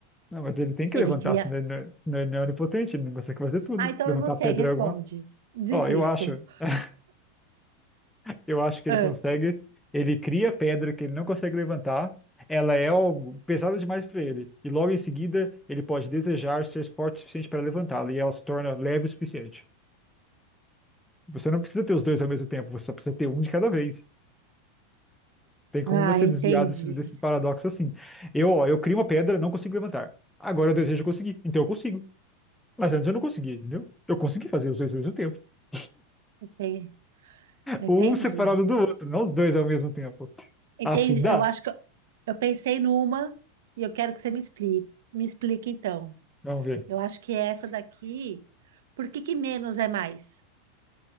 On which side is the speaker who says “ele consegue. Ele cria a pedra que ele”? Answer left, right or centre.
Centre